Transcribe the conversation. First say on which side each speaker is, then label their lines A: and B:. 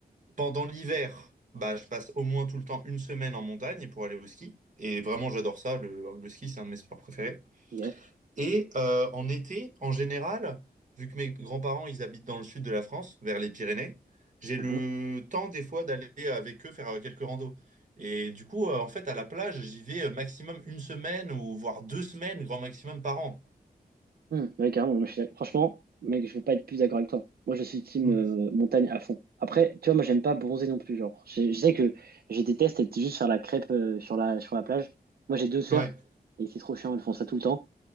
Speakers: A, on the right; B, on the right.
A: Pendant l'hiver, bah, je passe au moins tout le temps une semaine en montagne pour aller au ski, et vraiment j'adore ça. Le, le ski, c'est un de mes sports préférés.
B: Yeah.
A: Et euh, en été, en général, vu que mes grands-parents, ils habitent dans le sud de la France, vers les Pyrénées, j'ai
B: Mhm.
A: le temps des fois d'aller avec eux faire euh, quelques randos. Et du coup, euh, en fait, à la plage, j'y vais euh, maximum une semaine ou voire deux semaines, grand maximum par an.
B: Hmm, ouais, carrément, moi, je suis d'ac- franchement, mec, je peux pas être plus d'accord avec toi. Moi, je suis team
A: Mm.
B: euh, montagne à fond. Après, tu vois, moi, j'aime pas bronzer non plus, genre. Je, je sais que je déteste être juste sur la crêpe euh, sur la, sur la plage. Moi, j'ai deux sœurs
A: Ouais,
B: et c'est trop chiant, elles font ça tout le temps.